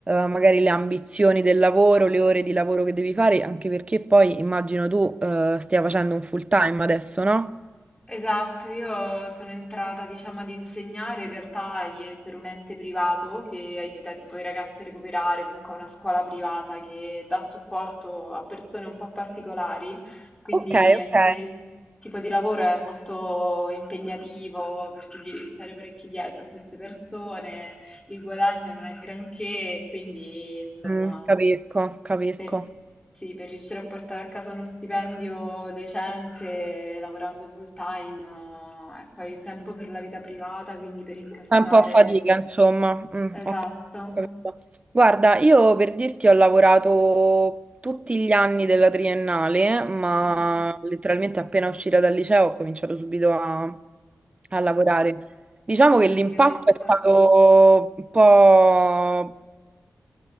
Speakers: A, on the right; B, on the left.
A: magari le ambizioni del lavoro, le ore di lavoro che devi fare, anche perché poi immagino tu eh, stia facendo un full time adesso, no?
B: Esatto, io sono entrata, diciamo, ad insegnare in realtà i- per un ente privato che aiuta tipo i ragazzi a recuperare, comunque è una scuola privata che dà supporto a persone un po' particolari, quindi
A: Ok,
B: anche
A: ok.
B: il tipo di lavoro è molto impegnativo perché gli devi stare parecchio dietro a queste persone, il guadagno non è granché, quindi insomma
A: Mm, capisco, capisco.
B: Per, sì, per riuscire a portare a casa uno stipendio decente, lavorando full time, eh, e poi il tempo per la vita privata, quindi per incastrare.
A: È un po' a fatica, insomma. Mm,
B: Esatto.
A: ho capito. Guarda, io per dirti ho lavorato tutti gli anni della triennale, ma
B: Wow,
A: letteralmente appena uscita dal liceo ho cominciato subito a, a lavorare. Diciamo che
B: eh,
A: l'impatto
B: ti capisco.
A: è stato un po'